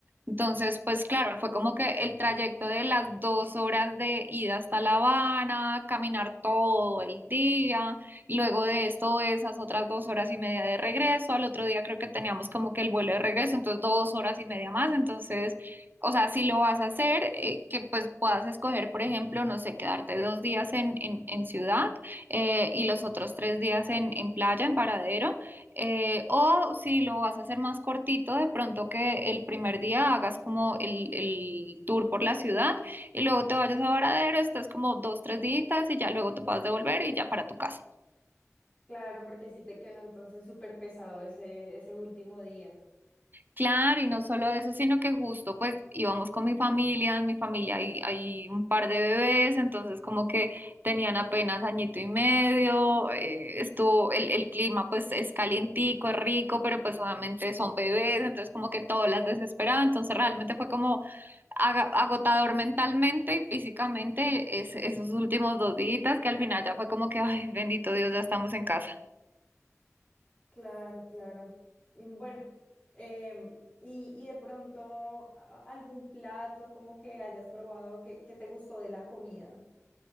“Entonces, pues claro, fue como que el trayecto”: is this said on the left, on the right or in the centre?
Right